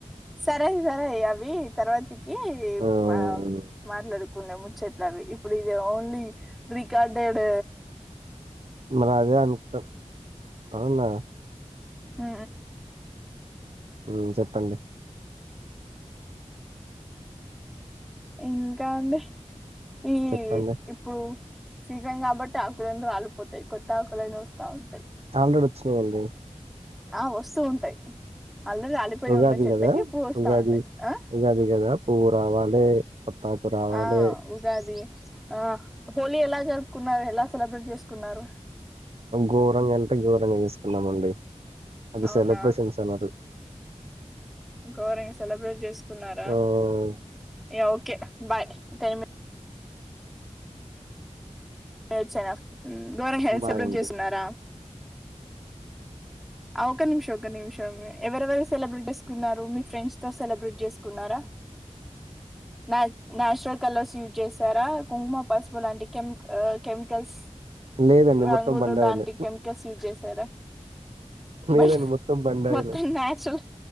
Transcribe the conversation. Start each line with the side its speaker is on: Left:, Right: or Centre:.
Centre: సరే సరే అవి తర్వాతికి
Right: మ్మ్
Centre: ఆ మాట్లాడుకున్నా ముచ్చట్ ఇప్పుడు ఇది ఓన్లీ రికార్టెడ్
Right: మరి అదే అనుకుాం అవునా <inaudible>
Centre: ఆ
Right: ఉ చెప్పండి
Centre: ఇంకా అండి ఈ
Right: చెప్పండి
Centre: ఇప్పుడు సీజన్ కాబట్టి ఆకులందు ఆాలిపోతాయి కొత్త ఆకులన్న వస్తా ఉంటాయి
Right: ఆల్రెడీ వచ్చినాయండి
Centre: ఆ వస్తూ ఉంటాయి ఆల్రెడీ రాలిపోయి
Right: ఉగాది
Centre: ఉన్న చెట్లకి
Right: కదా
Centre: ఇప్పుడు వస్తా
Right: ఉగాది
Centre: ఉంటాయి ఆ
Right: ఉగాది కదా పూ రావాలే కొత్తాకు రావాలే
Centre: ఆ ఉగాది ఆ హోలీ ఎలా జరు కున్నారు ఎలా సెలబ్రేట్ చేసుకున్నారు
Right: ఘోరంగా అంటే ఘోరంగా చేసుకున్నామండి అది
Centre: అవునా
Right: సెలబ్రేషన్స్ అనరు
Centre: ఘోరంగా సెలబ్రేట్ చేసుకున్నారా
Right: మ్మ్
Centre: యా ఓకే బాయ్ టైం ఏచ్చనా ఉమ్ గఘోర హెల్
Right: బాయండి
Centre: సెలబ్రేట్ చేస్తున్నారా ఆ ఒక నిమిషం ఒక నిమిషం ఎవరెవరు సెలబ్రేట్ చేసుకున్నారు మీ ఫ్రెండ్స్ తో సెలబ్రేట్ చేసుకున్నారా మ్యా నాచురల్ కలర్స్ యూజ్ చేసారా కుంకుమ పసుపుల్లాంటి కెమ్ ఆ కెమికల్స్
Right: లేదండి
Centre: రంగులు
Right: మొత్తం బండాయిలే
Centre: లాంటి కెమికల్స్ యూజ్ చేసారా
Right: లేదండి
Centre: బట్
Right: మొత్తం బండాయిలే
Centre: మొత్తం నాచురల్